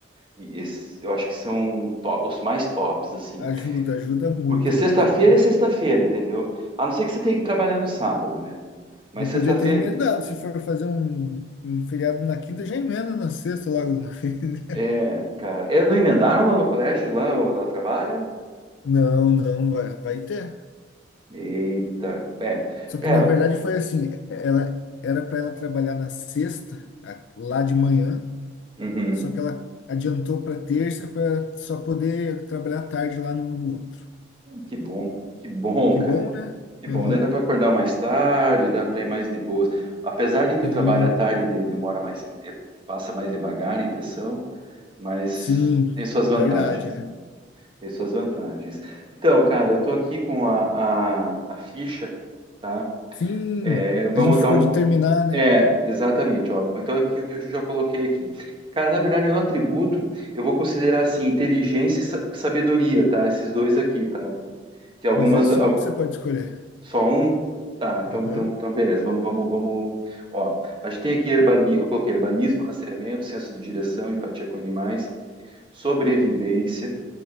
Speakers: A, on the right; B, on the left.
A: e esse- eu acho que são to- os mais tops, assim.
B: Ajuda, ajuda muito
A: Porque
B: mesmo.
A: sexta-feira
B: aham.
A: é sexta-feira, entendeu? A não ser que você tenha que trabalhar no sábado, né? Mas
B: Mas
A: sexta-feira,
B: podia ter emendado, se for fazer um, um feriado na quinta, já emenda na sexta logo de uma <laughs> vez. né?
A: é, cara, é, não emendaram lá no colégio, lá onde ela trabalha?
B: Não, não, vai, vai ter.
A: Eita, é,
B: Só
A: cara,
B: que na verdade foi assim, ela era para ela trabalhar na sexta, a- lá de manhã,
A: uhum.
B: Só que ela adiantou para terça para só poder trabalhar tarde lá no, no outro.
A: Que bom, que bom,
B: Que
A: cara,
B: bom, né?
A: que
B: Aham.
A: bom, daí dá para acordar mais tarde, dá para ir mais de boas, apesar de que
B: Sim,
A: o trabalho à tarde de- demora mais, é, passa mais devagar a impressão, mas
B: sim,
A: tem suas
B: é
A: vantagens,
B: verdade, né?
A: tem suas vantagens. Então, cara, eu tô aqui com a, a, a ficha, tá?
B: Sim,
A: É, vamos
B: a gente ficou
A: dar um,
B: de terminar,
A: É,
B: né?
A: exatamente. Ó. Então, aqui o que eu já coloquei aqui. Cara, na verdade, no atributo, eu vou considerar assim, inteligência e sa- sabedoria, tá? Esses dois aqui, tá? Que algumas.
B: Mas é só
A: a-
B: um que você pode escolher.
A: Só um. Tá, então,
B: Aham,
A: então, então beleza. Vamos, vamos, vamos. Ó, a gente tem aqui herbali... eu coloquei herbalismo, rastreamento, senso de direção, empatia com animais, sobrevivência,